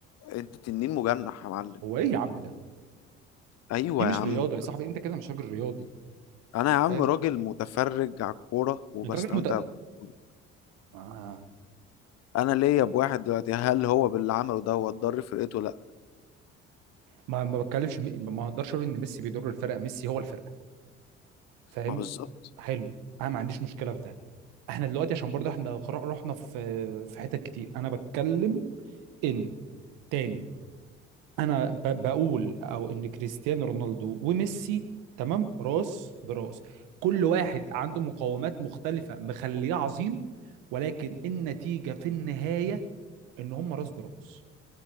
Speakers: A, on the left (about 45°); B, on the right (about 65°).
A: انت تنين مجنح يا معلم
B: هو ايه يا عم ده
A: ايوه
B: دي مش
A: يا عم
B: رياضه يا صاحبي انت كده مش راجل رياضي
A: انا يا عم
B: فاهم
A: راجل متفرج على الكوره وبستمتع
B: انت راجل مت...
A: بالكورة.
B: آه.
A: انا ليا بواحد دلوقتي هل هو باللي عمله ده هو ضر فرقته لا
B: ما ما بتكلمش م- ما اقدرش اقول ان ميسي بيضر الفرقه ميسي هو الفرقه فاهم
A: ما بالظبط
B: حلو انا ما عنديش مشكله في ده احنا دلوقتي عشان برضه احنا خر- رحنا في في حتت كتير انا بتكلم ان تاني انا ب- بقول او ان كريستيانو رونالدو وميسي تمام راس براس كل واحد عنده مقومات مختلفة مخليه عظيم ولكن النتيجة في النهاية ان هم راس براس